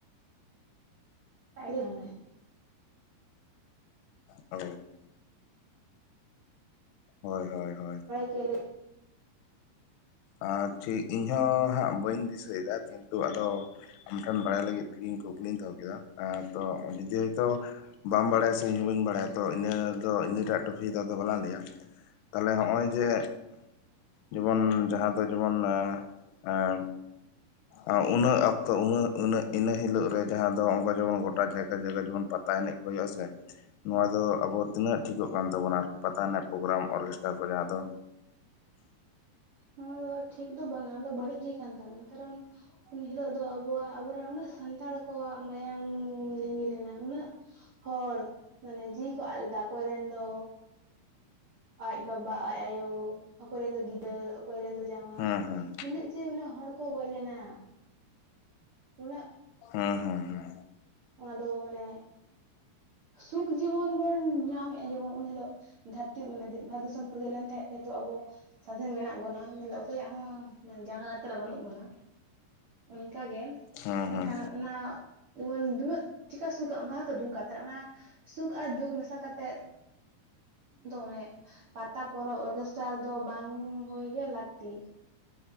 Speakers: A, on the right; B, on the left.
A: <unintelligible>
B: ᱚ ᱦᱳᱭ ᱦᱳᱭ ᱦᱳᱭ
A: ᱪᱮᱞᱮᱠ
B: ᱟᱨ ᱴᱷᱤᱠ ᱤᱧᱦᱚ ᱦᱟᱸᱜ ᱵᱟᱹᱧ ᱫᱤᱥᱟᱹᱭᱮᱫᱟ ᱠᱤᱱᱛᱩ ᱟᱫᱚ ᱟᱢᱴᱷᱮᱱ ᱵᱟᱲᱟᱭ ᱞᱟᱹᱜᱤᱫ ᱛᱮᱧ ᱠᱩᱠᱞᱤᱧ ᱫᱚᱦᱚ ᱠᱮᱫᱟ ᱡᱩᱫᱤ ᱦᱚᱭᱛᱳ ᱵᱟᱢ ᱵᱟᱲᱟᱭᱟ ᱥᱮ ᱤᱧ ᱦᱚᱸ ᱵᱟᱹᱧ ᱵᱟᱲᱟᱭᱟ ᱛᱚ ᱤᱱᱟᱹ ᱫᱚ ᱤᱱᱟᱹᱴᱟᱜ ᱴᱚᱯᱷᱤ ᱫᱚ ᱫᱚ ᱵᱟᱞᱟᱝ ᱞᱟᱹᱭᱟ ᱛᱟᱦᱞᱮ ᱱᱚᱜᱼᱚᱭ ᱡᱮ ᱡᱮᱢᱚᱱ ᱡᱟᱦᱟᱸ ᱫᱚ ᱡᱮᱢᱚᱱ ᱮᱸ ᱟᱸ ᱩᱱᱟᱹᱜ ᱚᱠᱛᱚ ᱩᱱᱟᱹᱜ ᱩᱱᱟᱹᱜ ᱤᱱᱟᱹ ᱦᱤᱞᱳᱜ ᱨᱮ ᱡᱟᱦᱟᱸ ᱫᱚ ᱚᱱᱠᱟ ᱡᱮᱢᱚᱱ ᱜᱚᱴᱟ ᱡᱟᱭᱜᱟ ᱡᱟᱭᱜᱟ ᱡᱮᱢᱚᱱ ᱯᱟᱛᱟ ᱮᱱᱮᱡ ᱦᱩᱭᱩᱜ ᱟ ᱥᱮ ᱱᱚᱣᱟ ᱫᱚ ᱟᱵᱚ ᱛᱤᱱᱟᱹᱜ ᱴᱷᱤᱠᱚᱜ ᱠᱟᱱ ᱛᱟᱵᱚᱱᱟ ᱟᱨᱠᱤ ᱯᱟᱛᱟ ᱨᱮᱱᱟᱜ ᱯᱨᱳᱜᱨᱟᱢ ᱚᱨᱠᱮᱥᱴᱟᱨ ᱠᱚ ᱡᱟᱦᱟᱸ ᱫᱚ?
A: ᱱᱚᱣᱟ ᱫᱚ ᱴᱷᱤᱠ ᱫᱚ ᱵᱟᱝᱟ ᱟᱫᱚ ᱵᱟᱹᱲᱤᱡ ᱜᱮ ᱠᱟᱱ ᱛᱟᱵᱚᱱᱟ ᱠᱟᱨᱚᱱ ᱩᱱ ᱦᱤᱞᱳᱜ ᱫᱚ ᱟᱵᱚᱣᱟᱜ ᱟᱵᱚᱨᱮᱱ ᱩᱱᱟᱹᱜ ᱥᱟᱱᱛᱟᱲ ᱠᱚᱣᱟᱜ ᱢᱟᱭᱟᱢ ᱞᱤᱸᱜᱤ ᱞᱮᱱᱟ ᱩᱱᱟᱹᱜ ᱦᱚᱲ ᱢᱟᱱᱮ ᱡᱤᱣᱤ ᱠᱚ ᱟᱫ ᱞᱮᱫᱟ ᱚᱠᱚᱭ ᱨᱮᱱ ᱫᱚ ᱟᱡ ᱵᱟᱵᱟ ᱟᱡ ᱟᱭᱳ ᱚᱠᱚᱭ ᱨᱮᱱ ᱫᱚ ᱜᱤᱫᱟᱹᱨ ᱚᱠᱚᱭ ᱨᱮᱱ ᱫᱚ ᱡᱟᱶᱟᱭ
B: ᱦᱩᱸ ᱦᱩᱸ
A: ᱩᱱᱟᱹᱜ ᱡᱮ ᱩᱱᱟᱹᱜ ᱦᱚᱲ ᱠᱚ ᱜᱚᱡ ᱞᱮᱱᱟ᱾ ᱩᱱᱟᱹᱜ
B: ᱦᱮᱸ ᱦᱩᱸ ᱦᱩᱸ
A: ᱚᱱᱟ ᱫᱚ ᱢᱟᱱᱮ ᱥᱩᱠ ᱡᱮᱢᱚᱱ ᱵᱚᱱ ᱧᱟᱢᱮᱫᱼᱟ ᱡᱮᱢᱚᱱ ᱩᱱ ᱦᱤᱞᱳᱜ ᱫᱷᱟᱹᱨᱛᱤ ᱢᱟᱱᱮ ᱵᱷᱟᱨᱚᱛ ᱫᱤᱥᱚᱢ ᱯᱷᱩᱨᱜᱟᱹ ᱞᱮᱱ ᱛᱟᱦᱮᱸᱜ ᱱᱤᱛᱚᱜ ᱟᱵᱚ ᱥᱟᱫᱷᱮᱱ ᱢᱮᱱᱟᱜ ᱵᱚᱱᱟ ᱢᱮᱱᱫᱚ ᱚᱠᱚᱭᱟᱜ ᱦᱚᱸ ᱡᱟᱸᱜᱟ ᱞᱟᱛᱟᱨ ᱵᱟᱹᱱᱩᱜ ᱵᱚᱱᱟ᱾ ᱚᱱᱠᱟᱜᱮ
B: ᱦᱩᱸ
A: ᱢᱮᱱᱠᱷᱟᱱ
B: ᱦᱩᱸ
A: ᱚᱱᱟ ᱚᱣᱚᱱ ᱫᱩᱟᱹᱜ ᱪᱤᱠᱟ ᱥᱩᱠ ᱚᱱᱠᱟ ᱦᱚᱸᱛᱚ ᱫᱩᱠᱟᱛᱷᱟ ᱨᱮ ᱚᱱᱟ ᱥᱩᱠ ᱟᱨ ᱫᱩᱠ ᱢᱮᱥᱟ ᱠᱟᱛᱮᱮᱫ ᱫᱚᱝ ᱮᱱᱮᱜ ᱯᱟᱛᱟ ᱯᱚᱨᱚᱵᱽ ᱚᱨᱠᱮᱥᱴᱟᱨ ᱫᱚ ᱵᱟᱝ ᱦᱩᱭ ᱜᱮ ᱞᱟᱹᱠᱛᱤ